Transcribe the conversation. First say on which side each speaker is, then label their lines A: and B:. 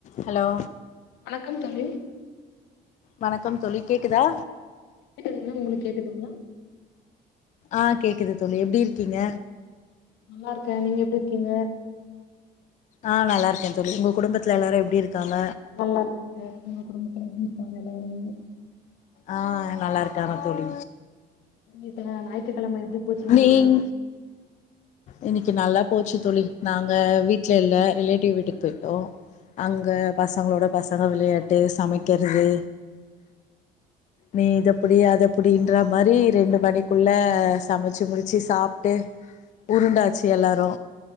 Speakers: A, on the left; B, on the left.
A: hello
B: வணக்கம் தோழி
A: வணக்கம் தோழி கேக்குதா
B: கேக்குதுங்களா உங்களுக்கு கேக்குதுங்களா
A: அ கேக்குது தோழி எப்டி இருக்கீங்க
B: நல்லா இருக்கே நீங்க எப்டி இருக்கீங்க
A: ஆ நல்லாயிருக்கே தோழி உங்க குடும்பத்தில எல்லாரு எப்டி இருக்காங்க
B: நல்லா இருக்காங்க உங்க குடும்பத்துல எப்டி இருக்காங்க எல்லாருமே
A: அ நல்லா இருக்காங்க தோழி
B: இப்ப ஞாயிற்றுக்கெழம எப்டி போச்சு உங்களுக்கு
A: நீங் இன்னைக்கு நல்லா போச்சு தோழி நாங்க வீட்டுல இல்ல ரிலேட்டிவ் வீட்டுக்கு போயிட்டோ அங்க பசங்களோட பசங்க வெளையாட்டு சமைக்கிறது நீ இதபுடி அதபுடின்ற மாரி ரெண்டு மணிக்குள்ள சமைச்சு முடிச்சு சாப்ட்டு உருண்டாச்சு எல்லாரு